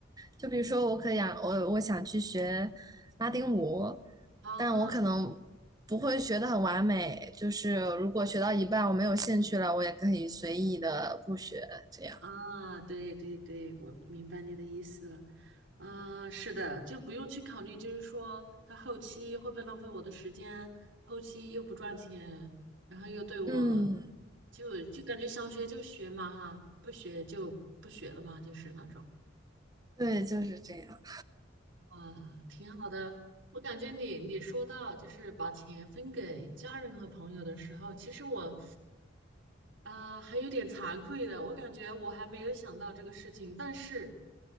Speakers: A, on the right (about 20°); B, on the right (about 70°).
A: 就比如说，我可以啊，我我想去学拉丁舞，
B: 啊？
A: 但我可能不会学的很完美。
B: 哦
A: 就是如果学到一半我没有兴趣了，我也可以随意的不学，这样。
B: 啊，对对对，我明白你的意思了。啊，是的，就不用去考虑，就是说他后期会不会浪费我的时间，后期又不赚钱，然后又对我，
A: 嗯，
B: 就就感觉想学就学嘛哈，不学就不学了嘛，就是那种。
A: 对，就是这样。
B: 啊，挺好的。我感觉你你说到就是把钱分给家人和朋友的时候，其实我啊，还有点惭愧的，我感觉我还没有想到这个事情，但是